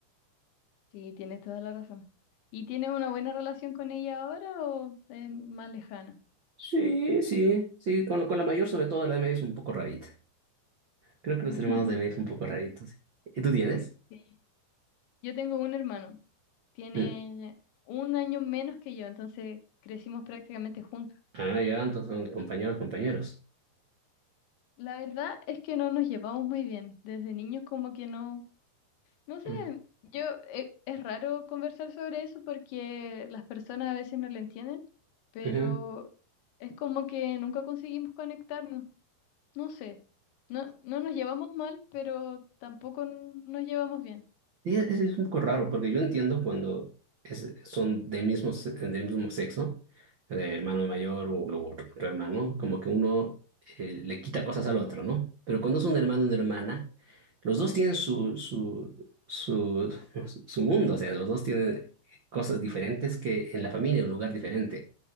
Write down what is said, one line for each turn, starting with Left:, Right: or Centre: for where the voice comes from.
Left: Sí, tienes toda la razón. ¿Y tienes una buena relación con ella ahora o es más lejana?
Right: Sí, sí, sí, con, con la mayor, sobre todo la de medio es un poco rarita. Creo que los
Left: <laughs>
Right: hermanos de medio es un poco raritos. ¿Y tú tienes?
Left: Sí. Yo tengo un hermano, tiene
Right: Mm.
Left: un año menos que yo, entonces crecimos prácticamente juntos.
Right: Ah, ya, entonces son compañeros, compañeros.
Left: La verdad es que no nos llevamos muy bien. Desde niños como que no, no sé,
Right: Mm.
Left: yo e- es raro conversar sobre eso porque las personas a veces no lo entienden, pero
Right: Ujú.
Left: es como que nunca conseguimos conectarnos. No sé, no, no nos llevamos mal, pero tampoco n- nos llevamos bien.
Right: Sí, es, es un poco raro porque yo entiendo cuando es- son del mismo, se- del mismo sexo, eh, hermano mayor o lo otro, otro hermano, como que uno eh, le quita cosas al otro, ¿no? Pero cuando es un hermano o una hermana, los dos tienen su, su, su, <laughs> su su mundo, o sea, los dos tienen cosas diferentes que en la familia, en un lugar diferente,